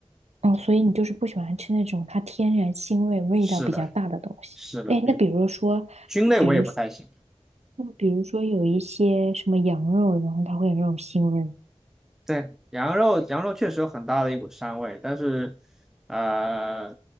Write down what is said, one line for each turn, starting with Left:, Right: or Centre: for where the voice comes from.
Right: 嗯，所以你就是不喜欢吃那种它天然腥味、味道比较大的东西。
Centre: 是的，是的，
Right: 哎，
Centre: 比
Right: 那比如说，
Centre: 菌类我也不太行。
Right: 那比如说，那比如说有一些什么羊肉，然后它会有那种腥味，
Centre: 对，羊肉羊肉确实有很大的一股膻味，但是，呃，